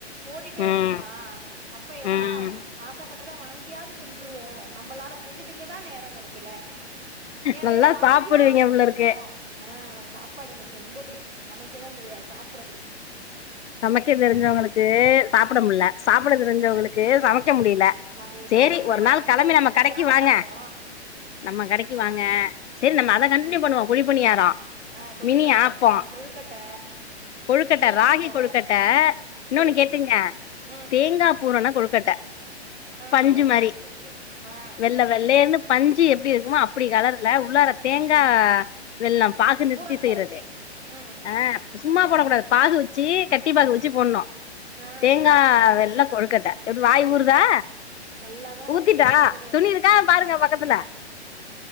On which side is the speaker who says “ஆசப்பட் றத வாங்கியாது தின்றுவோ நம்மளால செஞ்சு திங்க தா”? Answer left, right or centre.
Right